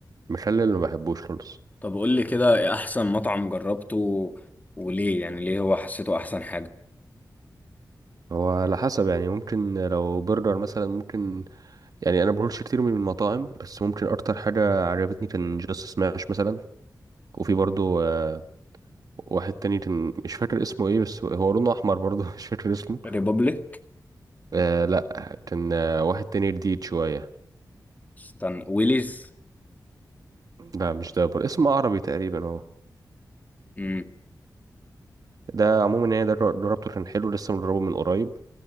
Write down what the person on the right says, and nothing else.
المخلل ما بحبوش خالص
هو على حسب يعني ممكن لو برجر مثلا ممكن يعني انا بقولش كتير من المطاعم بس ممكن اكتر حاجه عجبتني كان جاست سماش مثلا وفي برضو آه، واحد تاني كان مش فاكر اسمه ايه بس هو لونه احمر برضو <laughs> مش فاكر اسمه
آه لا كان آه، واحد تاني جديد شويه
لا مش ده برضو اسمه عربي تقريبا هو
ده عموما يعني ده جربته كان حلو لسه مجربه من قريب